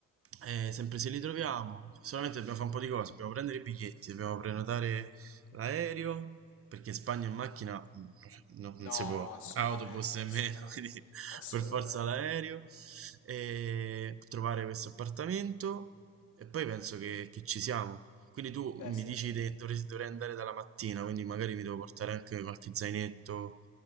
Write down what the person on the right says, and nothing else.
eh, sempre se li troviamo, solamente dobbiamo fare un po' di cose, dobbiamo prendere i biglietti, dobbiamo prenotare l'aereo, perché in Spagna in macchina mm, no- non
si può,
autobus nemmeno,
<laughs> quindi
per forza l'aereo, e trovare questo appartamento e poi penso che, che ci siamo. Quindi tu
mi
dici che dovrei, dovrei andare dalla mattina, quindi magari mi devo portare anche qualche zainetto